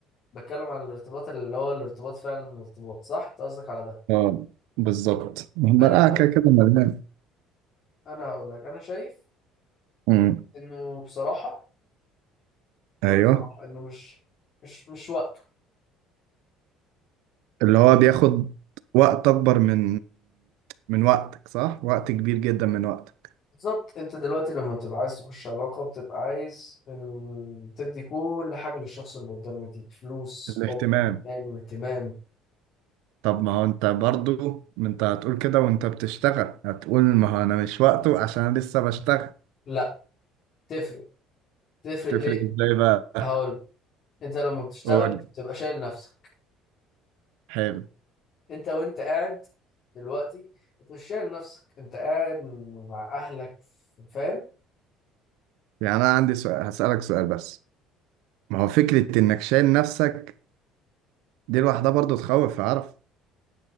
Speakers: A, on the left; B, on the right.
A: بتكلم على الارتباط اللي هو الارتباط فعلا الارتباط صح أنت قصدك على ده
B: اه بالظبط المرأة
A: أنا شايف
B: كده كده مليان
A: أنا هقولك أنا شايف
B: أمم،
A: إنه بصراحة بكل
B: ايوه
A: صراحة إنه مش مش مش وقته
B: اللي هو بياخد وقت اكبر من من وقتك صح وقت كبير جدا من وقتك
A: بالظبط أنت دلوقتي لما بتبقى عايز تخش علاقة بتبقى عايز ال... تدي كل حاجة للشخص اللي قدامك دي فلوس
B: الاهتمام
A: حب حنان واهتمام
B: طب ما هو انت برضو ما انت هتقول كده وانت بتشتغل هتقول ما هو انا مش وقته عشان انا لسه بشتغل
A: لا تفرق تفرق
B: تفرق
A: ليه
B: ازاي بقى
A: هقول انت لما بتشتغل
B: قول
A: بتبقى شايل نفسك
B: حلو
A: انت وانت قاعد دلوقتي انت مش شايل نفسك انت قاعد مع اهلك فاهم
B: يعني انا عندي سؤال هسألك سؤال بس ما هو فكرة انك شايل نفسك دي لوحدها برضو تخوف اعرف